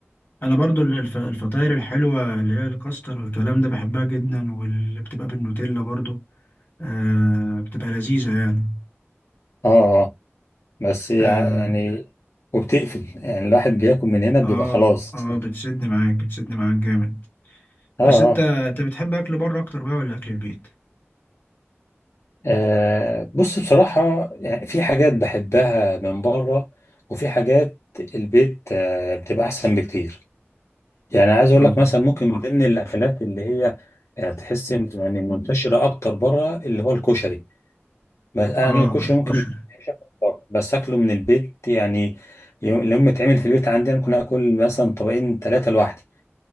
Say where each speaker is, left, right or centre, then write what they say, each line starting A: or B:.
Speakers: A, on the left (about 45°); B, on the left (about 75°).
A: انا برضو ال- الف الفطاير الحلوه اللي هي الكاستر والكلام ده بحبها جدا واللي بتبقى بالنوتيلا برضو آه بتبقى لذيذه يعني
B: اه اه بس يع-
A: اه
B: يعني وبتقفل يعني الواحد بياكل من هنا بيبقى
A: اه,
B: خلاص
A: آه بتسد معاك بتسد معاك جامد
B: <laughs> اه
A: بس انت
B: اه
A: انت بتحب اكل بره اكتر بقى ولا اكل البيت
B: آه بص بصراحة يعني في حاجات بحبها من بره وفي حاجات البيت آه بتبقى أحسن بكتير يعني عايز أقول
A: اه
B: لك مثلا ممكن من ضمن الأكلات اللي هي آه تحس يعني منتشرة أكتر بره اللي هو الكشري بس أنا
A: اه
B: الكشري
A: الكشري
B: ممكن ما بحبش أكله بره بس أكله من البيت يعني يوم لما يتعمل في البيت عندي أنا ممكن آكل مثلا طبقين ثلاثة لوحدي